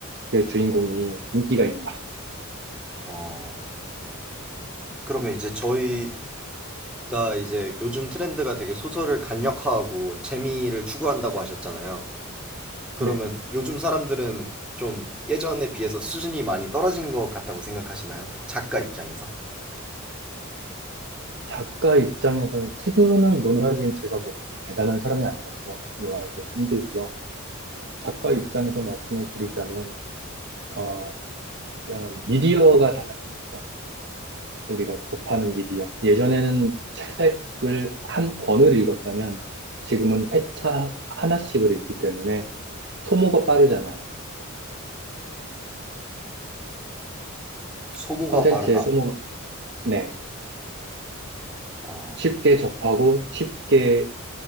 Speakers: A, on the right (about 55°); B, in the centre.
A: 내 주인공이 인기가 있는 거예요.
B: 어, 그러면 이제 저희 그러니까 이제 요즘 트렌드가 되게 소설을 간략화하고 재미를 추구한다고 하셨잖아요. 그러면
A: 네.
B: 요즘 사람들은 좀 예전에 비해서 수준이 많이 떨어진 것 같다고 생각하시나요? 작가 입장에서?
A: 작가 입장에서는 수준을 논하기엔 제가 뭐 그렇게 대단한 사람이 아니라서 논하기엔 힘들고요. 작가 입장에서 말씀을 드리자면, 어, 그냥 미디어가 달라진 거죠. 우리가 접하는 미디어. 예전에는 책을 한 권을 읽었다면 지금은 회차 하나씩을 읽기 때문에 소모가 빠르잖아요.
B: 소모가
A: 컨텐츠의
B: 빠르다.
A: 소모가, 네.
B: 어,
A: 쉽게 접하고 쉽게,